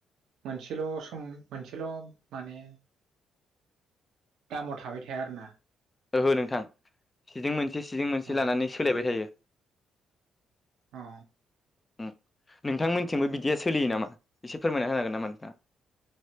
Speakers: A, on the right (about 75°); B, on the left (about 25°).
A: मोनसेल' सम मोनसेल' माने दामाव थाबाय थाया आरो ना।
B: ओहो नोंथां सिदिं मोनसे सिजिं मोनसे
A: अ
B: लानानै सोलायबाय थायो।
A: औ
B: ओम नोंथांमोनथिंबो बिदिया सोलियो नामा एसे फोरमायना होनो हागोन नामा नोंथां?